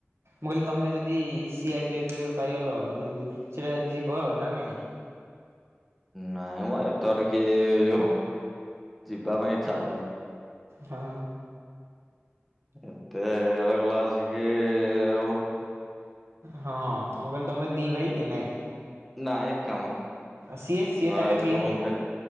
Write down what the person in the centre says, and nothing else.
ନାଇଁ ମ ଏତେ ବାଟ କିଏ ଯିହ। ଯିବାପାଇଁ ଇଚ୍ଛାହଭନି।
ଏତେ ଇଆଡେ ଗଲାଆସିକି ହବ କି
ନାଇ କାମ।
ଘରେ ଖାଲି
ଭଉଣୀଟେ